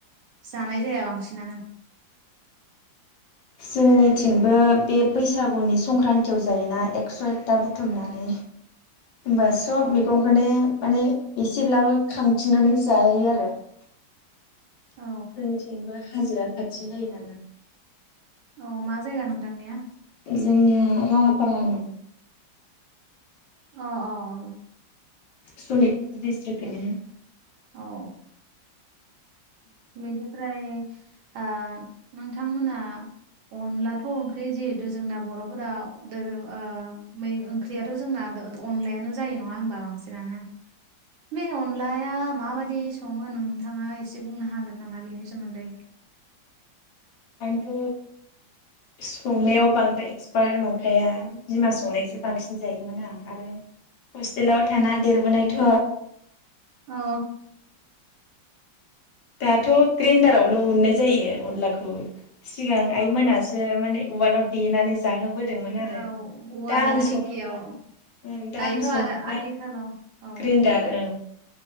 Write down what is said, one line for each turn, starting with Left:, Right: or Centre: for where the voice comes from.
Right: जानाय जाया बांसिनानो
Left: जोंनिथिंबो बे बैसागुनि संक्रान्तियाव जायोना एकस' एकथा बुथुमनानै होमबा सब
Right: औ
Left: मैगंखौनो माने एसेब्लाबो खांथिननानै जायो आरो जोंथिंबो
Right: औ
Left: हाजोआ खाथि जायो नालाय
Right: अ मा जायगा नोंतांनिया?
Left: जोंनिया राङापारा आरो।
Right: अ अ उम।
Left: सनितपुर दिस्ट्रिक गोलैयो।
Right: औ बिनिफ्राय ओ नोंथांमोना अनलाथ' ओंख्रि जिहेथु जोंना बर'फोराव दोरों ओ ओंख्रियाथ' जोंना अनलायानो जायो नङा हमबा बांसिनानो बे अनलाया माबादि सङो नोंथाङा एसे बुंनो हागोन नामा बेनि सोमोन्दै
Left: आंथ' संनायाव बांद्राय एक्सपार्ट नंखाया बिमा संनायसो बांसिन जायो माने आं आरो हस्टेलाव थाना देरबोनायथ'
Right: औ
Left: दाथ' ग्रेडारावनो उननाय जायो अनलाखौ सिगां
Right: औ
Left: आइ मोनासो माने उवालाव देनानै जाहोबोदोंमोन आरो
Right: औ उवाल
Left: दा आं
Right: आरो दिंखियाव
Left: सङामबा ओं दा
Right: दायोथ'
Left: आं सङोबाय
Right: आरो आथिखालाव औ
Left: ग्रेन्डार औ